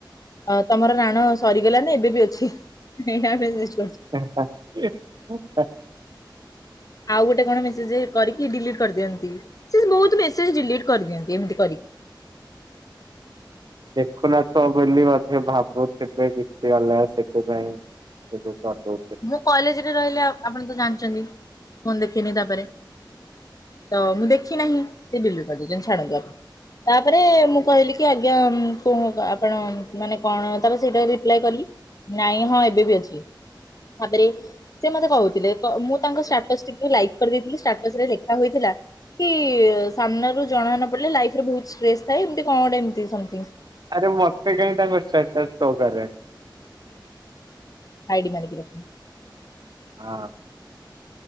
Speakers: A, on the left (about 45°); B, on the right (about 60°).
A: ଅ ତମର ରାଣ ସରିଗଲା ନା ଏବେ ବି ଅଛି <unintelligible>
B: ହା ହା ଉ ଉ ହା।
A: ଆଉ ଗୋଟେ କଣ ମେସେଜେ କରିକି ଡିଲିଟ କରିଦିଅନ୍ତି ସେ ବୋହୁତ ମେସେଜ ଡିଲିଟ କରିଦିଅନ୍ତି ଏମିତି କରିକି। <inaudible>
B: ଦେଖୁ ନଥୁବ ବୋଲି ବୋଧେ ଭାବୁଥୁବେ କିଛି ଅଲଗା ସେଥିପାଇଁ। ଏବେ ତ ତୋ
A: ମୁଁ କଲେଜରେ ରହିଲେ ଆପ ଆପଣ ତ ଜାଣିଚନ୍ତି ଫୋନ ଦେଖିନି ତାପରେ। ତ ମୁଁ ଦେଖିନାହିଁ ସେ ଡିଲିଟ କରିଦେଇଚନ୍ତି ଛାଡନ୍ତୁ ଆପ ତାପରେ ମୁଁ କହିଲି କି ଆଜ୍ଞା ଉଁ କୋ ଆପଣ ମାନେ କଣ ତାପରେ ସେଇଟା ରିପ୍ଲାଏ କଲି। ନାଇଁ ହଁ ଏବେ ବି ଅଛି। ଭାବରେ ସେ ମତେ କହୁଥୁଲେ କ ମୁଁ ତାଙ୍କ ଷ୍ଟାଟସ୍ ଟିକୁ ଲାଇକ୍ କରିଦେଇଥିଲି ଷ୍ଟାଟସରେ ଲେଖା ହୋଇଥି ଲା କି ସାମ୍ନାରୁ ଜଣା ନ ପଡିଲେ ଲାଇଫରେ ବୋହୁତ ଷ୍ଟ୍ରେସ୍ ଥାଏ ଏମତି କଣ ଗୋଟେ ଏମତି ସମ୍
B: ଆରେ ମତେ କାଇଁ ତାଙ୍କ ଷ୍ଟାଟସ ସୋ କରେ
A: ହାଇଡି ମାରିକି ରଖୁଁ।
B: ହଁ।